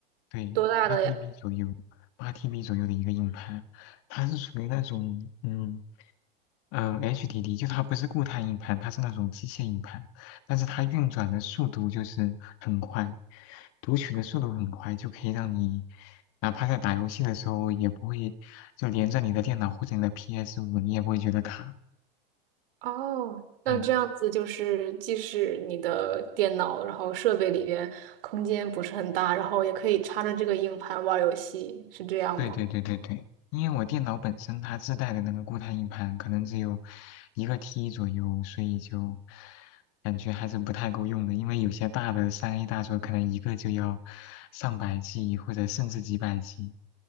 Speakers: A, on the left (about 50°); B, on the right (about 70°).
A: 对八
B: 多大的呀？
A: TB 左右，八 TB 左右的一个硬盘，它是属于那种嗯呃 HDD，就它不是固态硬盘，它是那种机械硬盘，但是它运转的速度就是很快，读取的速度很快，就可以让你哪怕在打游戏的时候也不会就连着你的电脑或者你的 p s 五，你也不会觉得卡，
B: 哦，那这样子就是，
A: 嗯。
B: 即使你的电脑，然后设备里边空间不是很大，然后也可以插着这个硬盘玩儿游戏，是这样吗？
A: 对对对对对，因为我电脑本身它自带的那个固态硬盘可能只有一个 T 左右，所以就感觉还是不太够用的。因为有些大的三 A 大作可能一个就要上百 G 或者甚至几百 G。